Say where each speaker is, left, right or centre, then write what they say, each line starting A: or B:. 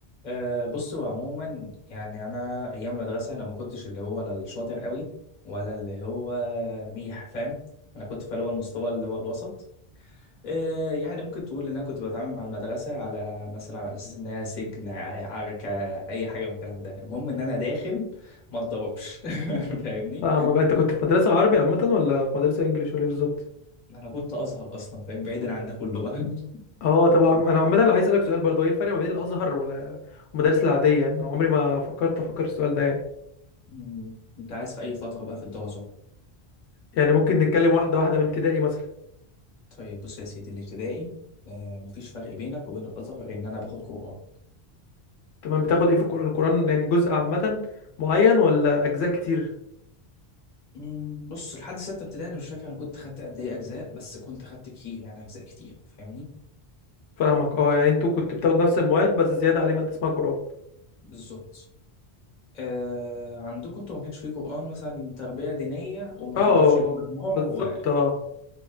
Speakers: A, on the left; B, on the left.
A: أه بص هو عموما يعني انا ايام المدرسه انا ما كنتش اللي هو لا الشاطر قوي ولا اللي هو ميح فاهم انا كنت في اللي هو المستوى اللي هو الوسط أه يعني ممكن تقول ان انا كنت بتعامل مع المدرسه على مثلا على اساس انها سجن ع- عركه اي حاجه من الكلام ده المهم ان انا داخل ما اتضربش <laughs> فاهمني
B: اه ما انت كنت في مدرسة عربي عامة ولا في مدرسة انجليش ولا ايه بالظبط؟
A: انا كنت ازهر اصلا فاهم بعيدا عن ده كله بقى <laughs>
B: اه طبعا انا عامة اللي عايز اسألك سؤال برضه ايه الفرق ما بين الازهر وال- والمدارس العادية؟ انا عمري ما فكرت افكر السؤال ده يعني
A: مم. انت عايز في اي فتره بقى في الدراسه
B: يعني ممكن نتكلم واحدة واحدة من ابتدائي مثلا
A: طيب بص يا سيدي الابتدائي آه مفيش فرق بينك وبين الازهر غير ان انا باخد قران
B: تمام بتاخد ايه في القرآن؟ القرآن يعني جزء عامة معين ولا اجزاء كتير؟
A: مم، بص لحد سته ابتدائي انا مش فاكر انا كنت خدت قد ايه اجزاء بس كنت خدت كتير يعني اجزاء كتير فاهمني
B: فاهمك اه يعني انتوا كنتوا بتاخدوا نفس المواد بس زيادة عليه مادة اسمها قرآن
A: بالظبط آه عندكم انتوا ما كانش فيه قران مثلا تربيه دينيه وما بتضافش
B: اه
A: للمجموع
B: بالظبط
A: و...
B: اه